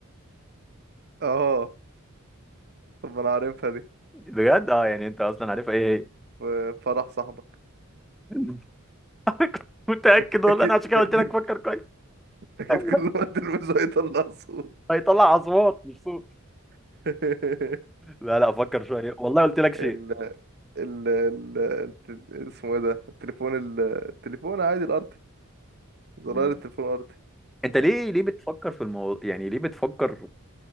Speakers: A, on the right; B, in the centre.
A: اه طب ما انا عارفها دي
B: بجد أه يعني أنت أصلا عارفها إيه
A: في فرح صاحبك
B: هي <laughs> كنت متأكد
A: أك-
B: والله
A: اكيد
B: أنا عشان كده
A: اكيد
B: قلت لك فكر كويس
A: اكيد
B: <laughs>
A: كل ما تلبسه هيطلع صوت
B: هيطلع أصوات مش صوت
A: <laughs>
B: لا لا فكر شوية والله قلت لك شيء
A: ال ال ال الت- اسمه ايه ده التليفون ال- التليفون عادي الارضي زرار
B: مم.
A: التليفون الارضي
B: أنت ليه ليه بتفكر في الموضوع يعني ليه بتفكر